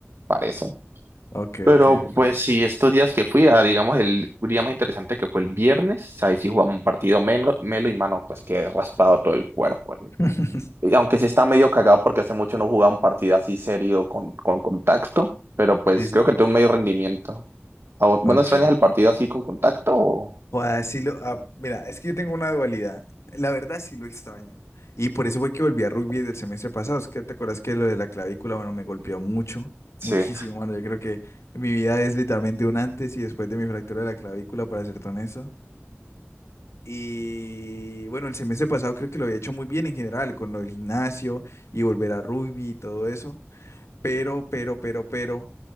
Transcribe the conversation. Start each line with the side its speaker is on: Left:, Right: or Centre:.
Right: parece.
Left: ok,
Right: Pero
Left: ok, ok.
Right: pues sí, estos días que fui, a, digamos, el día más interesante que fue el viernes, ahí sí jugamos un partido melo, melo y mano, pues que raspado todo el cuerpo. eh.
Left: <laughs>
Right: Y aunque sí está medio cagado porque hace mucho no jugaba un partido así serio con, con contacto, pero pues
Left: Sí, sí,
Right: creo que
Left: sí.
Right: tuvo un medio rendimiento. ¿A vos, vos
Left: Ok.
Right: no extrañas el partido así con contacto? o-
Left: Joder, sí lo, ah, mira, es que yo tengo una dualidad. La verdad sí lo extraño. Y por eso fue que volví a rugby del semestre pasado. Es que te acuerdas que lo de la clavícula, bueno, me golpeó mucho,
Right: Sí.
Left: muchísimo, mano. Yo creo que mi vida es literalmente un antes y después de mi fractura de la clavícula, para ser honesto. Y bueno, el semestre pasado creo que lo había hecho muy bien en general, con lo del gimnasio y volver a rugby y todo eso. Pero, pero, pero, pero,